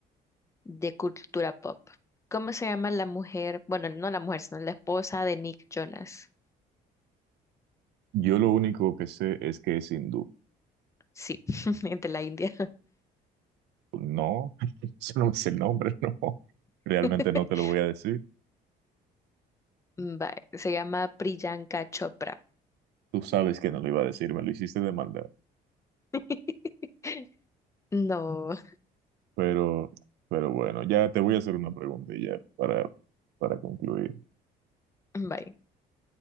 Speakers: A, on the left; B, on the right.
A: de cultura pop. ¿Cómo se llama la mujer? Bueno, no la mujer, sino la esposa de Nick Jonas.
B: Yo lo único que sé es que es hindú.
A: Sí, <laughs> de la India.
B: No, <laughs> eso no me sé el nombre, <laughs> no. Realmente
A: <laughs>
B: no te lo voy a decir.
A: Vale, se llama Priyanka Chopra.
B: Tú sabes que no lo iba a decir, me lo hiciste de maldad.
A: <laughs> No,
B: Pero, pero bueno, ya te voy a hacer una pregunta y ya para, para concluir.
A: vale,